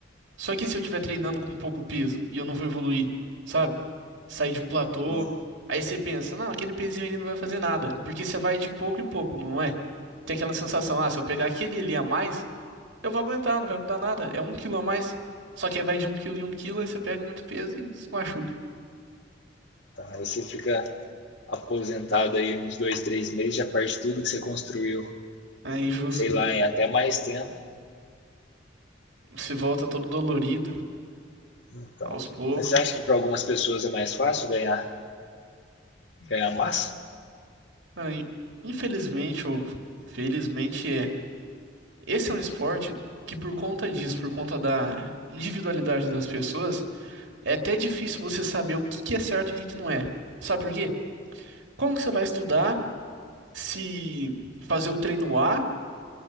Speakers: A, on the right; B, on the left.
A: Só que se eu estiver treinando com pouco peso e eu não vou evoluir, sabe? Sair de um platô,
B: Então,
A: aí você pensa, não, aquele pezinho ali não vai fazer nada, porque você vai de pouco em pouco, não é? Tem aquela sensação, ah, se eu pegar aquele ali a mais, eu vou aguentar, não vai mudar nada, é um quilo a mais. Só que aí vai de um quilo em um quilo, aí você pega muito peso e se machuca.
B: aí você fica aposentado aí uns dois, três meses, já perde tudo que você construiu,
A: É injusto.
B: sei lá,
A: né?
B: em até mais tempo.
A: Se volta todo dolorido,
B: Então,
A: aos poucos.
B: mas você acha que para algumas pessoas é mais fácil ganhar, ganhar massa?
A: Ah, Infelizmente, ou felizmente, é. Esse é um esporte que, por conta disso, por conta da individualidade das pessoas, é até difícil você saber o que que é certo e o que que não é. Sabe por quê? Como que você vai estudar se fazer o treino A